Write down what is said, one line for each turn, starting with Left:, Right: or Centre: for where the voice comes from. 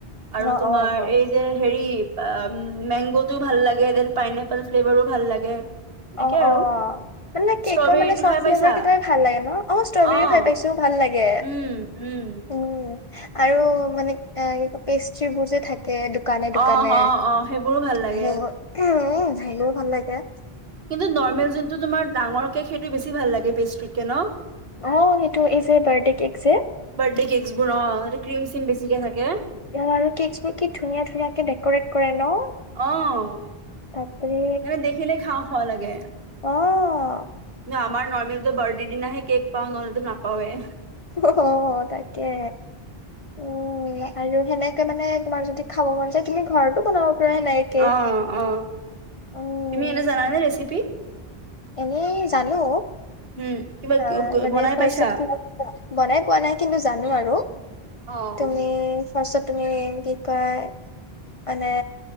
Right: আৰু
Left: অ'
Right: তোমাৰ
Left: অ' অ'
Right: এই। যে হেৰি অহ মেংগোটোও ভাল লাগে দেন পাইনএপল ফ্লেভাৰো ভাল লাগে। এনেকে
Left: অ'হ
Right: আৰু
Left: অহ' মানে কেকৰ
Right: ষ্ট্ৰবেৰীটো
Left: মানে চব
Right: খাই
Left: ফ্লেভাৰ
Right: পাইছা?
Left: কেইটাই ভাল লাগে ন? অহ' ষ্ট্ৰবেৰী
Right: অ',
Left: খাই পাইছোঁ ভাল লাগে।
Right: উম, উম,
Left: উম। আৰু মানে এই পেষ্ট্ৰিবোৰ যে থাকে। দোকানে দোকানে
Right: অহ' অহ' অহ' সেইবোৰো ভাল লাগে।
Left: সেইবোৰ উম সেইবোৰো ভাল লাগে।
Right: কিন্তু নৰ্মেল যোনটো তোমাৰ ডাঙৰ কেক সেইটো বেছি ভাল লাগে পেষ্ট্ৰিত কে ন?
Left: অহ' সেইটো এই যে বাৰ্থডে কেক যে।
Right: বাৰ্থডে কেকচ বোৰ অহ তাতে' ক্ৰীম চীম বেছিকে থাকে।
Left: ইয়াৰ আৰু কেকচবোৰ কি ধুনীয়া ধুনীয়াকে ডেম'ক্ৰেট কৰে ন?
Right: অহ'
Left: বাপৰে
Right: মানে দেখিলেই খাওঁ খাওঁ লাগে।
Left: অ'হ।
Right: কিন্তু আমাৰ নৰ্মেলি বাৰ্থডে দিনহে কেক পাওঁ নহলেতো নাপাওঁয়ে।
Left: অহু ', তাকে। উম আৰু সেনেকে মানে তোমাৰ যদি খাব মন যায় তুমি ঘৰতো বনাব। পাৰা সেনেকে কেক
Right: অ, অ।
Left: উম
Right: তুমি এনে জানানে ৰেচেপি?
Left: এনেই জানো।
Right: উম
Left: অ', মানে
Right: বনাই
Left: ফাৰ্ষ্টত
Right: পাইছা?
Left: কি বনাই পোৱা নাই কিন্তু জানো আৰু।
Right: অ',
Left: তুমি? ফাৰ্ষ্টত তুমি কি কয় মানে